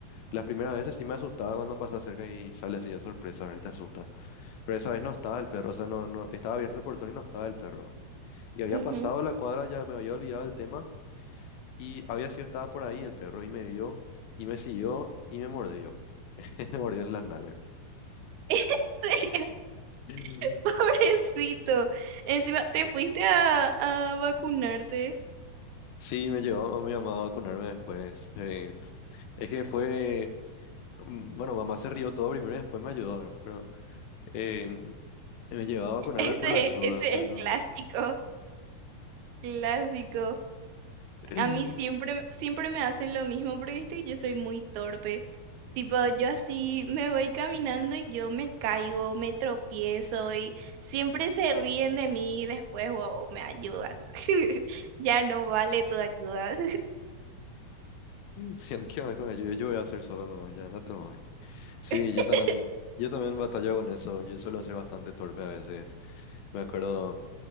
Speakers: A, on the left; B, on the right.
A: Las primeras veces sí me asustaba cuando pasaba cerca y sale así de sorpresa, ¿verdad? Y te asusta. Pero esa vez no estaba el perro, o sea, no, no, estaba abierto el portón y no estaba el perro. Y había
B: Ujú.
A: pasado la cuadra, ya me había olvidado el tema y había sido, estaba por ahí el perro y me vio y me siguió y me mordió. <laughs> Me mordió en la nalga.
B: <laughs> ¿En serio?
A: <laughs>
B: <laughs> Pobrecito. Encima, ¿te fuiste a, a vacunarte?
A: Sí, me llevó a mi mamá a vacunarme después. eh, Es que fue, mm, bueno, mamá se rió todo primero y después me ayudó, ¿verdad? Pero em, me llevaba
B: <laughs>
A: a vacunarme
B: Ese,
A: por las dudas,
B: ese
A: pero
B: es
A: no.
B: clásico, clásico.
A: <laughs>
B: A mí siempre, me- siempre me hacen lo mismo, pero viste, yo soy muy torpe. Tipo, yo así me voy caminando y yo me caigo, me tropiezo y siempre se ríen de mí y después, wow, me ayudan. <laughs> Ya no vale tu ayuda.
A: Si no quiero más que me ayude, yo voy a hacer solo nomás, ya, no te muevas. Sí,
B: <laughs>
A: yo también, yo también batallo con eso, yo suelo ser bastante torpe a veces. Me acuerdo,